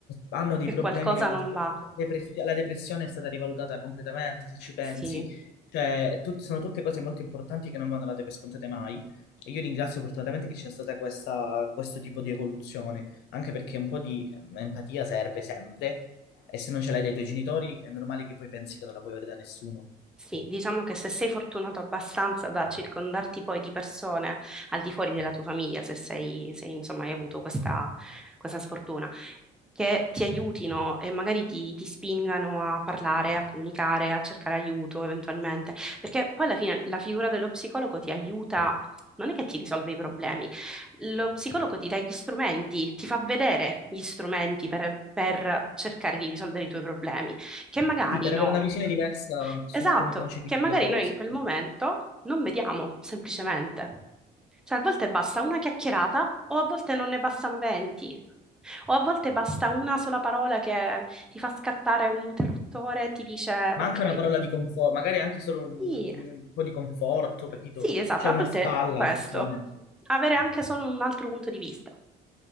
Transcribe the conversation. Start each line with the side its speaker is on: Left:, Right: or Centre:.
Left: hanno dei
Centre: che
Left: problemi
Centre: qualcosa
Left: relativi
Centre: non va.
Left: alla depressione. La depressione è stata rivalutata completamente, se ci pensi.
Centre: Sì,
Left: Cioè, tut- sono tutte cose molto importanti che non vanno date per scontate mai. E io ringrazio fortunatamente che c'è stata questa, questo tipo di evoluzione, anche perché un po' di empatia serve sempre e se non ce l'hai dai tuoi genitori, è normale che poi pensi che non la puoi avere da nessuno.
Centre: sì, diciamo che se sei fortunato abbastanza da circondarti poi di persone al di fuori della tua famiglia, se sei, se, insomma, hai avuto questa questa sfortuna che ti aiutino e magari ti, ti spingano a parlare, a comunicare, a cercare aiuto eventualmente, perché poi alla fine la figura dello psicologo ti aiuta, non è che ti risolve i problemi, lo psicologo ti dà gli strumenti, ti fa vedere gli strumenti per, per cercare di risolvere i tuoi problemi, che magari
Left: Sì, per
Centre: no.
Left: avere una visione diversa su
Centre: Esatto,
Left: come concepisci
Centre: che magari
Left: le cose.
Centre: noi in quel momento non vediamo semplicemente. Cioè, a volte basta una chiacchierata, o a volte non ne bastano 20, o a volte basta una sola parola che ti fa scattare un interruttore e ti dice:
Left: Ma
Centre: Ok,
Left: anche una parola di conforto, magari anche solo un,
Centre: sì,
Left: un po' di conforto, capito?
Centre: sì, esatto,
Left: C'è
Centre: a
Left: una
Centre: volte
Left: spalla,
Centre: è questo.
Left: effettivamente.
Centre: Avere anche solo un altro punto di vista.